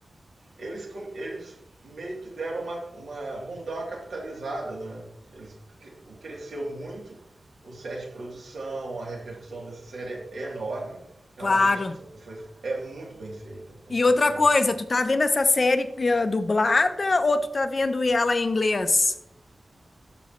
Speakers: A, on the right; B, on the left.
A: eles, eles meio que deram uma, uma. vão dar uma capitalizada, né? Eles, cresceu muito o set de produção, a repercussão dessa série é enorme. Realmente
B: claro.
A: foi, foi, é muito bem feita, é
B: E
A: impressionante.
B: outra coisa, tu tá vendo essa série eh, dublada ou tu tá vendo ela em inglês?